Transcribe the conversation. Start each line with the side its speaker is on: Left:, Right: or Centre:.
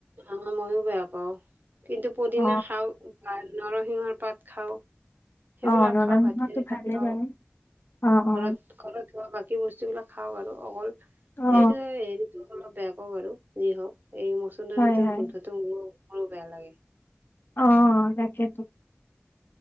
Right: অ', মইওঁ বেয়া পাওঁ, কিন্তু পদিনা
Left: অ
Right: খাওঁ। নৰসিংহৰ পাত খাওঁ সেইবিলাক
Left: অ নৰসিংহটো
Right: খাওঁ ভাত কেৰেলা
Left: ভালেই
Right: খাওঁ
Left: বাৰু অ
Right: ঘৰত
Left: অ
Right: ঘৰত হোৱা বাকী বস্তু বিলাক খাওঁ আৰু অকল
Left: অ
Right: এইটো হেৰিতো অলপ বেয়া কওঁ বাৰু যি হওঁক এই মচুন্দৰীটোৰ
Left: হয় হয়
Right: গোন্ধটো মোৰ মোৰো বেয়া লাগে।
Left: অ', তাকেইতো।